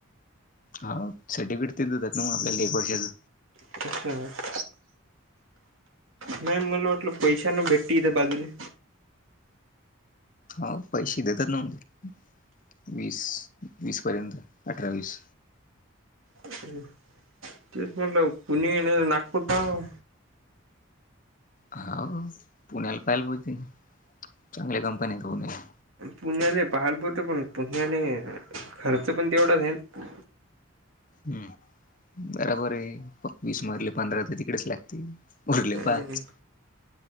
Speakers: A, on the left (about 40°); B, on the right (about 70°).
A: हा सर्टिफिकेट ते देतायेत ना मग आपल्याला एक वर्षाचं. ‌
B: <unintelligible> नाही मला वाटलं पैसान भेटीती इथे बाजूले.
A: आहो पैसे देतात नव्ह ते. वीस वीस पर्यंत अठरा वीस.
B: हम्म. तेच म्हणलं पुणे नाहीतर नागपूर पाहू.
A: हा पुण्याला पाहिलं बोलतोय, चांगल्या कंपनी आहेत पुण्याला.
B: पुण्याले पाहिल बोलतोय, पण पुण्याला खर्च पण तेवढाच आहे ना.
A: हम्म बराबर आहे. वीस मधले पंधरा तर तिकडेच लागतील. उरले
B: हम्म
A: पाच